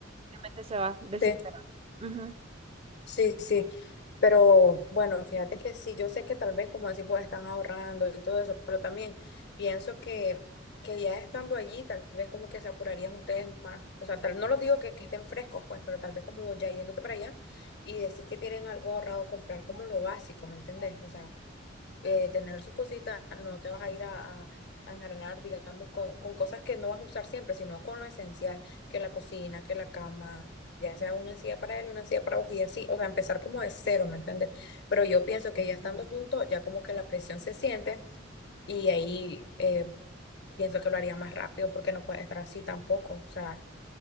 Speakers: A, on the right; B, on the left.
A: realmente se va a desesperar.
B: sí,
A: Ujú.
B: sí, sí. Pero bueno, fíjate que sí, yo sé que tal vez como así pues están ahorrando y todo eso, pero también pienso que, que ya estando allí, tal vez como que se apurarían ustedes más. O sea, tal, no los digo que, que estén frescos, pues, pero tal vez como ya yéndote para allá y decir que tienen algo ahorrado, comprar como lo básico, ¿me entendés? O sea, eh, tener sus cositas, no te vas a ir a, a, a enjarelar, digamos, con, con cosas que no vas a usar siempre, sino con lo esencial, que la cocina, que la cama, ya sea una encía para él, una encía para vos y así, o sea, empezar como de cero, ¿me entiendes? Pero yo pienso que ya estando juntos, ya como que la presión se siente y ahí eh, pienso que lo haría más rápido porque no puede estar así tampoco, o sea,